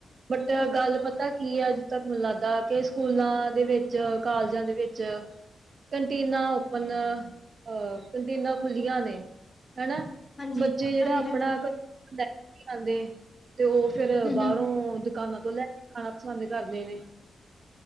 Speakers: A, on the right; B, on the left.
A: ਬਟ ਗੱਲ ਪਤਾ ਕੀ ਹੈ, ਅਜੱ ਤੱਕ ਮੈਨੂੰ ਲੱਗਦਾ ਕਿ ਸਕੂਲਾਂ ਦੇ ਵਿੱਚ ਕਾਲਜਾਂ ਦੇ ਵਿੱਚ ਕੰਟੀਨਾ ਓਪਨ ਅ ਕੰਟੀਨਾਂ ਖੁੱਲੀਆਂ ਨੇ, ਹੈਨਾ
B: ਹਾਂਜੀ
A: ਬੱਚੇ ਜਿਹੜਾ
B: ਹਾਂਜੀ
A: ਆਪਣਾ
B: ਹਾਂਜੀ ਹੂੰ
A: ਘਰੋਂ ਲੈ ਕੇ ਨੀ ਆਂਦੇ। ਤੇ ਉਹ ਫੇਰ ਬਾਹਰੋਂ
B: ਹੂੰ
A: ਦੁਕਾਨਾਂ ਤੋਂ ਲੈ ਕੇ ਖਾਣਾ ਪਸੰਦ ਕਰਦੇ ਨੇ,